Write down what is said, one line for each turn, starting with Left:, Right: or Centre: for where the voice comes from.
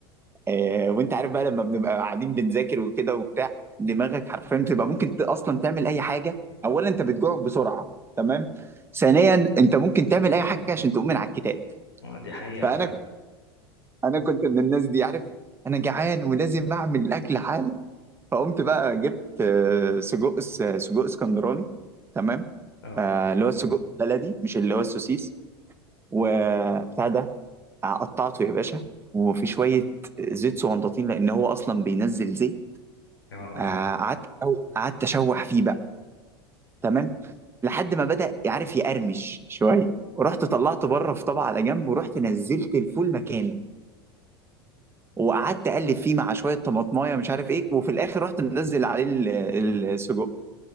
Right: آه، وانت عارف بقى لما بنبقى قاعدين بنذاكر وكده وبتاع دماغك حرفيا بتبقى ممكن ت- اصلا تعمل اي حاجه اولا انت بتجوع بسرعه تمام ثانيا انت ممكن تعمل اي حاجه عشان تقوم من على الكتاب
Left: آه، دي حقيقه
Right: فانا
Left: فعلا
Right: انا كنت من الناس دي عارف انا جعان ولازم اعمل الاكل حالا فقمت بقى جبت آه، سجق س- سجق اسكندراني تمام
Left: اه
Right: آه، اللي هو السجق البلدي مش اللي هو السوسيس وبتاع ده قطعته يا باشا وفي شويه زيت صغنطاطين لان هو اصلا بينزل زيت
Left: اه اه
Right: آه، قعدت قعدت اشوح فيه بقى تمام لحد ما بدأ عارف يقرمش شويه ورحت طلعته بره في طبق على جنب ورحت نزلت الفول مكانه وقعدت اقلب فيه مع شويه طماطمايه مش عارف ايه وفي الاخر رحت منزل عليه ال- ال- السجق